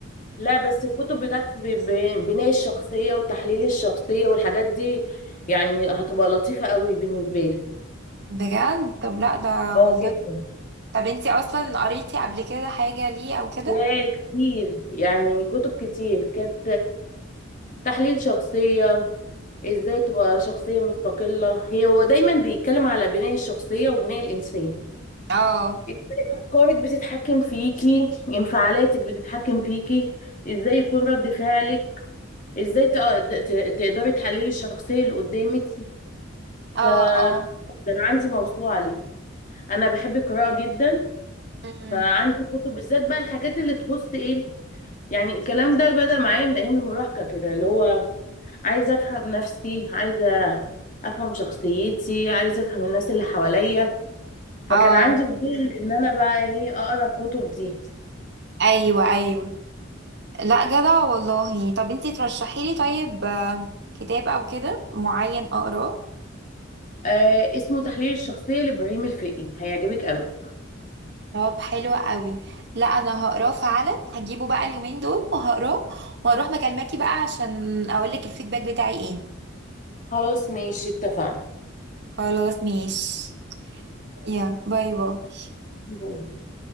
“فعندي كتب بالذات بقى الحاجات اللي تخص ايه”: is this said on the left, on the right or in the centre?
Left